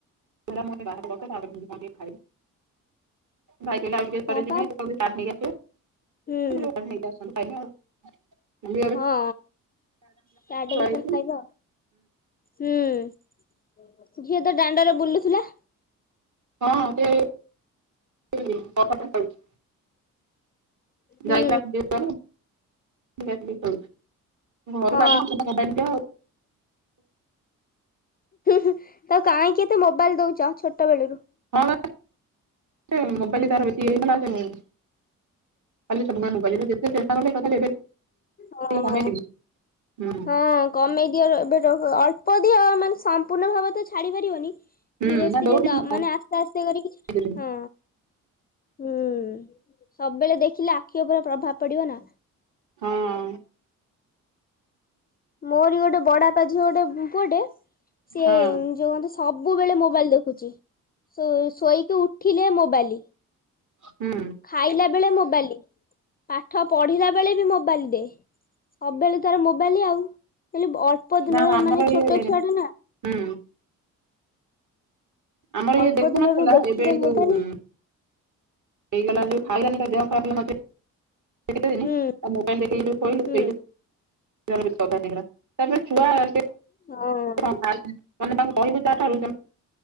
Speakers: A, on the right (about 45°); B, on the left (about 25°).
A: ହେଲା ମୁଁ କହିଲି ବାହାରେ ବସେ ତାପରେ ଯିବି କଣ ଟିକେ ଖାଇବି, ଭାଇ କହିଲେ ଆଉ ଟିକେ
B: ହଁ
A: ପରେ ଯିମି
B: ପା
A: <unintelligible> ଚାଟ୍ ନେଇକି ଆସିବେ,
B: ହୁଁ
A: ଚାଟ୍ ନେଇକି ଆସୁଛନ୍ତି ଖାଇବି ଆଉ। ମୁଁ କହିଲି ଆରେ
B: ହଁ ଚାଟ୍ ଏବେ
A: ହେଇଛି
B: ତାହେଲେ ଖାଇବ? ହୁଁ, ଝିଅ ତ ଦାଣ୍ଡରେ ବୁଲୁଥିଲା।
A: ହଁ ସେ ସେଇ କବାଟରେ ଖେଳୁଚି। <unintelligible>
B: ହୁଁ
A: ଘରୁକୁ ଆସିଲେ ତ ଖାଲି ମୋବାଇଲ
B: ହଁ
A: ଦିଅ ଆଉ।
B: ତାକୁ କାହିଁକି ଏତେ ମୋବାଇଲ ଦଉଛ ଛୋଟ ବେଳୁରୁ।
A: ହଁ ବା। ମୋବାଇଲ ତାର ସିଏ ହେଲେ ଆଉ କାନ୍ଦିବନି। ଖାଲି ସବୁବେଳେ ମୋବାଇଲ ଯେତେ ଚେଷ୍ଟା କଲେବି ତଥାବି ଏବେ ଟିକେ
B: ହଁ।
A: କମେଇ ଦେବି। ହୁଁ।
B: ହଁ କମେଇ ଦିଅ ଏବେ ଯୋଉ ଅଳ୍ପ ଦିଅ ମାନେ ସମ୍ପୂର୍ଣ୍ଣ ଭାବେ ତ ଛାଡି ପାରିବନି।
A: ହୁଁ
B: ଧୀରେ ସ୍ଥିରେ
A: ନା ଦଉନି
B: ମାନେ ଆସ୍ତେ ଆସ୍ତେ କରିକି,
A: କମେଇଦେଲିଣି
B: ହଁ। ହୁଁ। ସବୁବେଳେ ଦେଖିଲେ ଆଖି ଉପରେ ପ୍ରଭାବ ପଡିବ ନା।
A: ହଁ।
B: ମୋରି ଗୋଟିଏ ବଡାପା ଝିଅଟେ ପୁଅଟେ ସିଏ
A: ହଁ
B: ଯେଉ କହନ୍ତି ସବୁବେଳେ ମୋବାଇଲ ଦେଖୁଛି। ଶୋ-ଶୋଇକି ଉଠିଲେ ମୋବାଇଲ।
A: ହୁଁ।
B: ଖାଇଲା ବେଳେ ମୋବାଲି, ପାଠ ପଢିଲା ବେଳେ ବି ମୋବାଇଲ ଦେ। ସବବେଳେ ତାର ମୋବାଇଲ ଆଉ। ହେଲେ ଅଳ୍ପ ଦିନରେ
A: ନା ଆମର
B: ମାନେ ଛୋଟ
A: ଇଏ
B: ଛୁଆଟେ ନା।
A: ହୁଁ ଆମର
B: ଅଳ୍ପ
A: ଇଏ ଦେଖୁନଥିଲା।
B: ଦିନରୁ ଦେଖିଲେ
A: ଏବେ ଏଇ
B: ମୋବାଇଲ
A: ଯୋଉ ହେଇଗଲା ଯୋଉ ଖାଇଲାନି ତା ଦେହ ଖରାପ ହେଇନଥିଲା ସେଇ କେତେ ଦିନି
B: ହୁଁ
A: ମୋବାଇଲ ଦେଖେଇ ଦେଇ ଖୋଇଲେ
B: ହୁଁ
A: <unintelligible> ଛୁଆ <unintelligible>
B: ହଁ
A: ମାନେ ତାଙ୍କୁ କହିବୁ ଯା <unintelligible>